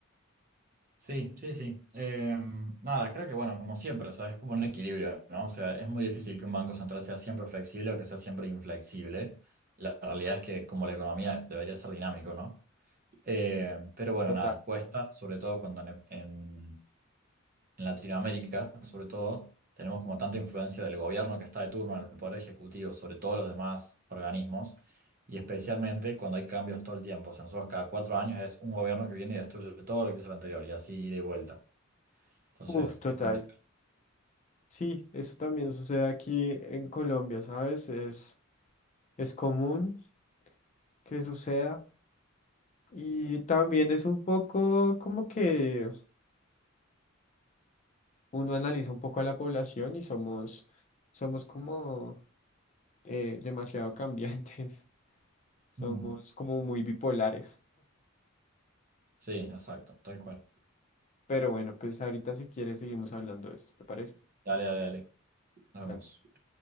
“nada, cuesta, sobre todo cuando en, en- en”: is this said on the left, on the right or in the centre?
Right